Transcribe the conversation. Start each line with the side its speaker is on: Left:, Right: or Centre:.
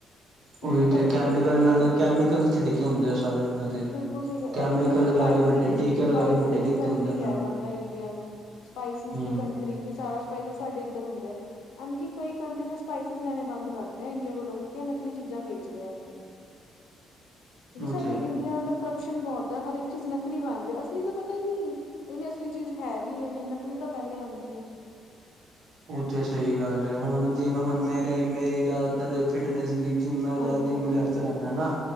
Left: ਕਿੰਨੀ
Right: ਉਹੀ ਤੇ
Left: ਤੱਗੜੀ
Right: ਕੈਮੀਕਲ
Left: ਬੇਜ਼ਤੀ
Right: ਨਾਲ
Left: ਐ ਇੰਡੀਆ
Right: ਕੈਮੀਕਲ
Left: ਦੀ।
Right: ਛਿੜਕੇ ਹੁੰਦੇ ਆ ਸਾਰੇ ਉਹਨਾਂ ਤੇ।
Left: ਬਿਲਕੁਲ ਸਹੀ ਔਰ
Right: ਕੈਮੀਕਲ
Left: ਇੰਡੀਆ ਨੂੰ
Right: ਲਗਾ
Left: ਸਪਾਈਸਸ
Right: ਕੇ ਵੱਡੇ ਟੀਕੇ
Left: ਸਪਾਈਸਸ
Right: ਲਗਾ ਕੇ ਵੱਡੇ ਕੀਤੇ
Left: ਦੀ ਕੰਟਰੀ
Right: ਹੁੰਦੇ ਇਹਨਾਂ
Left: ਕਿਹਾ
Right: ਨੂੰ
Left: ਜਾਂਦਾ ਇੰਡੀਆ ਨੂੰ ਸਪਾਈਸਸ
Right: ਹੂੰ
Left: ਦੀ ਕੰਟਰੀ, ਬੀ ਸਾਰਾ ਸਪਾਈਸਸ ਸਾਡੇ ਏਧਰ ਹੁੰਦਾ। ਐਮੇ ਕੀ ਕਈ ਕੰਟਰੀਜ ਨੇ ਸਪਾਈਸਸ ਲੈਣੇ ਬੰਦ ਕਰਤੇ ਆ ਇੰਡੀਆ ਕੋਲੋਂ ਕਿਉਂਕਿ ਇਹ ਨਕਲੀ ਚੀਜ਼ਾਂ ਵੇਚ ਰਹੇ ਆ ਅੱਗੇ। ਜੀ ਸਾਡੇ
Right: ਉਹ ਤੇ ਹੈ।
Left: ਇੰਡੀਆ ਅੰਦਰ ਕਰੰਪਸ਼ਨ ਬਹੁਤ ਐ ਹਰ ਇਕ ਚੀਜ਼ ਨਕਲੀ ਬਣ ਰਹੀ, ਅਸਲੀ ਤਾਂ ਪਤਾ ਈ ਨੀ। ਕਹਿੰਦੇ ਅਸਲੀ ਚੀਜ਼ ਹੈ ਵੀ ਯਾ ਨ‌ਈ, ਨਕਲੀ ਤਾਂ ਪਹਿਲੇ ਆਂਦੀ ਏ‌।
Right: ਓਹ ਤੇ ਸਹੀ ਗੱਲ ਏ, ਹੁਣ ਜਿਵੇਂ ਹੁਣ ਮੇਰੇ ਮੇਰੀ ਜਾ ਤਰ ਫਿਟਨੈਸ ਵੀ ਜਿੰਨਾ ਜ਼ਿਆਦੀ
Left: ਹਾਂਜੀ ਹਾਂਜੀ
Right: ਮੋਬਾਇਲ ਚਲਾਣਾ ਨਾ